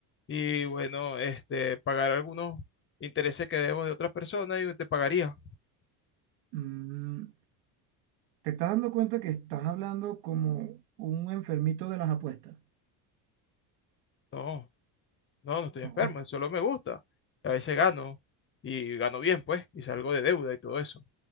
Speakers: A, on the left (about 25°); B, on the right (about 80°).
A: y bueno, este, pagar algunos intereses que debo de otras personas y te pagaría.
B: Mm, ¿te estás dando cuenta que estás hablando como un enfermito de las apuestas?
A: No, no, no estoy
B: No,
A: enfermo, solo me gusta. A veces gano y gano bien, pues, y salgo de deuda y todo eso.